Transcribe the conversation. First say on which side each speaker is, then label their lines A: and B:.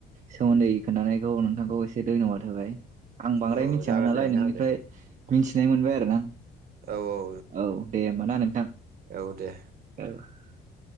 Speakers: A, on the right; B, on the right.
A: सोमोन्दै खोनथानायखौ नोंथांखौ एसे धन्यबाद होबाय। आं बांद्राय
B: औ
A: मिथियामोन
B: जागोन
A: नालाय
B: दे नोंथां
A: नोंनिफ्राय
B: दे
A: मिथिनाय मोनबाय आरो ना।
B: औ औ
A: औ दे होमबा ना नोंथां।
B: औ दे।
A: <unintelligible>